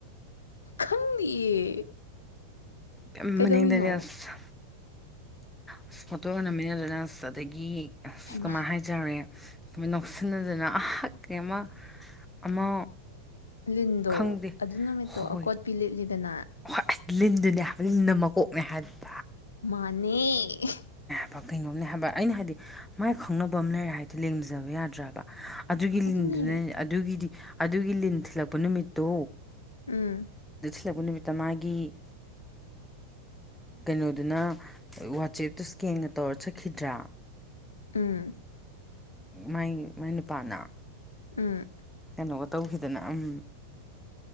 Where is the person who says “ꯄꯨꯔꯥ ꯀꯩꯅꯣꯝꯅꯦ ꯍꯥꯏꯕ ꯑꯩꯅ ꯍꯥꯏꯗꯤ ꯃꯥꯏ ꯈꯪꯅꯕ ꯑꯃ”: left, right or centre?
Centre